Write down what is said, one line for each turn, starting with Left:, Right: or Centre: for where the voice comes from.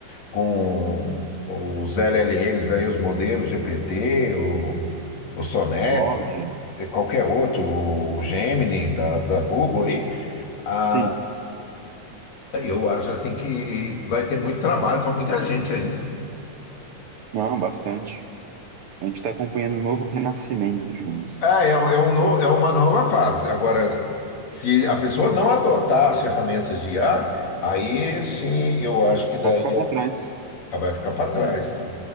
Left: com os LLMs aí, os modelos GPT, o, o Sonnet,
Right: Explode.
Left: e qualquer outro, o Gemini da, da Google aí, ah,
Right: Sim.
Left: eu acho assim que vai ter muito trabalho para muita gente ainda.
Right: Não, bastante. A gente está acompanhando um novo renascimento, digamos.
Left: Ah, é, um- é, um no- é uma nova fase. Agora, se a pessoa não adotar as ferramentas de IA, aí sim eu acho que daí
Right: Vai ficar para trás.
Left: ela vai ficar para trás.